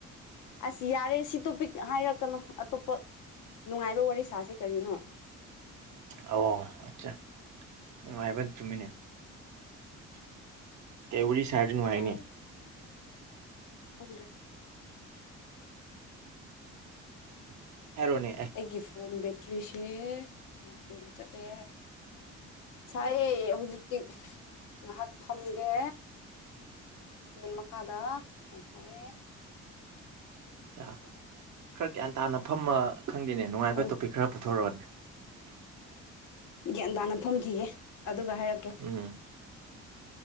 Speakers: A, on the left (about 80°); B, on the right (about 70°).
A: ꯑꯁꯤ ꯌꯥꯔꯦꯁꯤ ꯇꯣꯄꯤꯛ ꯍꯥꯏꯔꯛꯀꯅꯨ ꯑꯇꯣꯞꯄ ꯅꯨꯡꯉꯥꯏꯕ ꯋꯥꯔꯤ ꯁꯥꯥꯁꯦ ꯀꯔꯤꯅꯣ
B: ꯑꯣ ꯑꯆꯥ ꯅꯨꯡꯉꯥꯏꯕꯅ ꯆꯨꯝꯃꯤꯅꯦ ꯀꯩ ꯋꯥꯔꯤ ꯁꯔꯗꯤ ꯅꯉꯥꯏꯅꯤ
A: ꯑꯥꯏ ꯈꯪꯗ꯭ꯔꯦ
B: ꯍꯥꯏꯔꯣꯅꯦ
A: ꯑꯩꯒꯤ ꯐꯣꯟ ꯕꯦꯇ꯭ꯔꯤꯁꯦ ꯌꯥꯝ ꯊꯨꯅ ꯆꯠꯂꯦ ꯁꯥꯏꯌꯦ ꯍꯧꯖꯤꯛ ꯍꯧꯖꯤꯛ ꯉꯥꯏꯍꯥꯛ ꯐꯝꯒꯦ ꯐꯦꯟ ꯃꯈ ꯃꯈꯥꯗ ꯌꯥꯝ ꯁꯥꯏꯌꯦ
B: ꯈꯔ ꯈꯔ ꯒ꯭ꯌꯥꯟ ꯇꯥꯅ ꯐꯝꯃ ꯈꯪꯗꯦꯅꯦ ꯅꯨꯡꯉꯥꯏꯕ
A: ꯍꯣꯏ
B: ꯇꯣꯄꯤꯛ ꯈꯔ ꯄꯨꯊꯣꯔꯣꯛꯑꯣꯅꯦ
A: ꯒ꯭ꯌꯥꯟ ꯇꯥꯅ ꯐꯝꯈꯤꯒꯦ ꯑꯗꯨꯒ ꯍꯥꯏꯔꯛꯀꯦ
B: ꯎꯝ